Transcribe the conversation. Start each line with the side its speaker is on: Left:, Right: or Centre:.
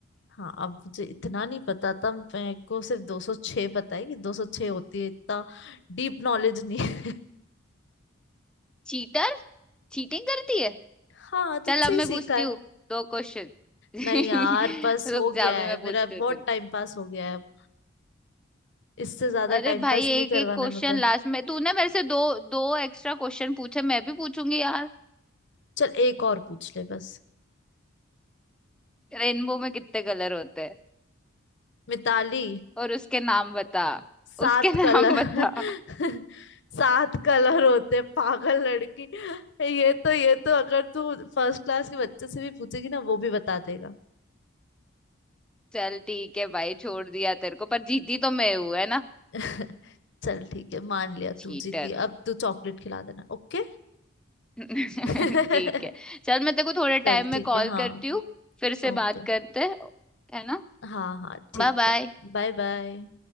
Left: हाँ अब मुझे इतना नहीं पता था मेरे को सिर्फ 206 पता है कि 206 होती है इतना डीप नॉलेज नहीं है <laughs>
Centre: चीटर चीटिंग करती है
Left: हाँ
Centre: चल
Left: तुझसे
Centre: अब
Left: ही
Centre: मैं
Left: सीखा
Centre: पूछती
Left: है
Centre: हूँ दो क्वेश्चन <laughs>
Left: नहीं यार बस
Centre: रुक
Left: हो
Centre: जा
Left: गया
Centre: अभी
Left: है
Centre: मैं पूछती
Left: मेरा बहुत
Centre: हूँ तेरे
Left: टाइम पास हो गया है अब इससे ज्यादा
Centre: अरे
Left: टाइम
Centre: भाई
Left: पास नहीं
Centre: एक
Left: करवाना
Centre: एक क्वेश्चन
Left: है मेरे को
Centre: लास्ट में तूने मेरे से दो दो एक्स्ट्रा क्वेश्चन पूछे मैं भी पूछूंगी यार
Left: चल एक और पूछ ले बस
Centre: रेनबो में कितने कलर होते हैं
Left: मिताली
Centre: और उसके नाम बता
Left: सात
Centre: उसके <laughs>
Left: कलर
Centre: नाम बता
Left: <laughs> सात कलर होते पागल लड़की ये तो ये तो अगर तू फर्स्ट क्लास के बच्चे से भी पूछेगी ना वो भी बता देगा
Centre: चल ठीक है भाई छोड़ दिया तेरे को पर जीती तो मैं हूं है ना
Left: <laughs> चल ठीक है मान लिया
Centre: चीटर
Left: तू जीती अब तू चॉकलेट खिला देना ओके
Centre: <laughs>
Left: <laughs>
Centre: ठीक है चल मैं तेरे को थोड़े
Left: चल
Centre: टाइम में
Left: ठीक
Centre: कॉल
Left: है हाँ
Centre: करती हूँ फिर से
Left: ओके
Centre: बात करते हैं है ना
Left: हाँ हाँ ठीक
Centre: Bye bye
Left: है Bye bye